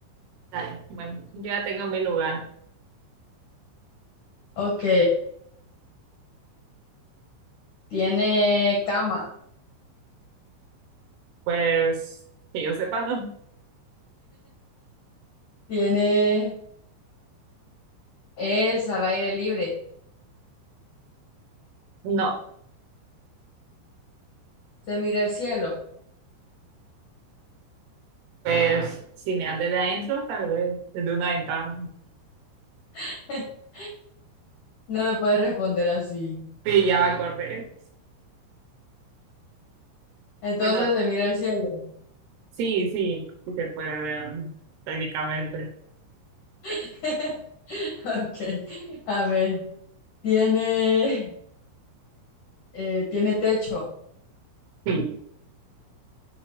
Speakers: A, on the right; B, on the left.
A: Dale. Bueno, yo ya tengo mi lugar.
B: Ok, ¿tiene cama?
A: Pues que yo sepa, ¿no?
B: ¿Tiene Es al aire libre.
A: No.
B: Se mira el cielo.
A: Pues si miras desde adentro, tal vez desde una ventana.
B: <laughs> No me puedes responder así.
A: Sí, ya me acordé.
B: Entonces
A: Bueno,
B: se mira el cielo.
A: sí, sí, sí se puede ver técnicamente.
B: <laughs> Ok. A ver. Tiene, eh, tiene techo.
A: Sí,